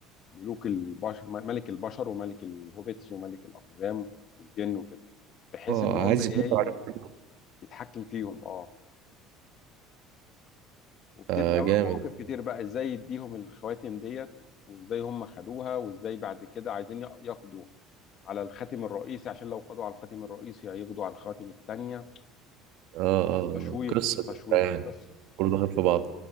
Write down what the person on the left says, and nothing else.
ملوك البشر م- ملك البشر وملك الهوبيتس وملك الاقزام والجن وكده بحيث
ان هم
ايه
يتحكم فيهم اه وبتبدأ
بقى مواقف كتير بقى ازاي يديهم الخواتم ديت وازاي هم خدوها وازاي بعد كده عايزين يق- يقضوا على الخاتم الرئيسي عشان لو قضوا على الخاتم الرئيسي هيقضوا على الخواتم التانية
بص تشويق
تشويق
قصة